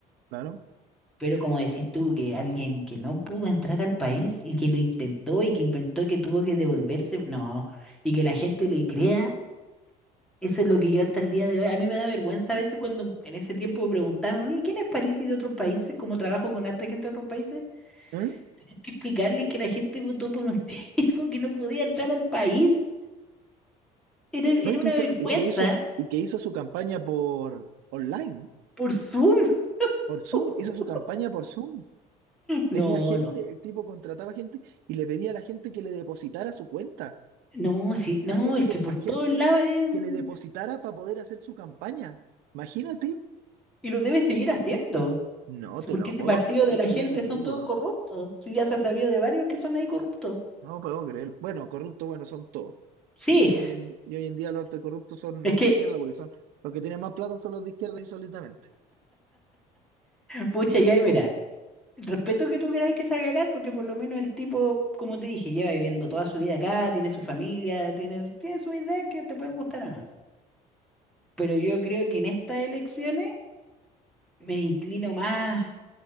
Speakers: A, on the right; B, in the centre.
A: Claro.
B: Pero como decís tú, que alguien que no pudo entrar al país y que lo intentó y que inventó que tuvo que devolverse, no, y que la gente le crea, eso es lo que yo hasta el día de hoy, a mí me da vergüenza a veces cuando en ese tiempo me preguntaban, ¿y quién es París y de otros países? ¿Cómo trabajo con harta gente de otros países?
A: ¿Eh?
B: Hay que explicarles que la gente votó por un <laughs> tipo que no podía entrar al país. Era,
A: No,
B: era
A: y que
B: una
A: hizo,
B: vergüenza
A: y que hizo, y que hizo su campaña por online,
B: por Zoom.
A: por Zoom,
B: <laughs>
A: hizo su campaña por Zoom.
B: No,
A: Tenía gente,
B: no,
A: el tipo contrataba gente y le pedía a la gente que le depositara su cuenta,
B: no, sí, no,
A: a gente,
B: es que por
A: a gente
B: todos lados es un-
A: que le depositara para poder hacer su campaña. Imagínate.
B: y lo debe seguir haciendo.
A: No
B: Sí,
A: te
B: Porque
A: lo
B: ese
A: puedo
B: partido
A: creer,
B: de la gente
A: qué ridículo.
B: son todos corruptos. Sí, ya se ha sabido de varios que son ahí corruptos.
A: No puedo creerlo. Bueno, corruptos, bueno, son todos.
B: Sí,
A: Y hoy, hoy en, y hoy en día los de corruptos son
B: es
A: los
B: que,
A: de izquierda, porque son los que tienen más plata son los de izquierda insólitamente.
B: pucha, ya, y mira, respeto que tú queráis que salga acá, porque por lo menos el tipo, como te dije, lleva viviendo toda su vida acá, tiene su familia, tiene, tiene sus ideas que te pueden gustar o no. Pero yo creo que en estas elecciones me inclino más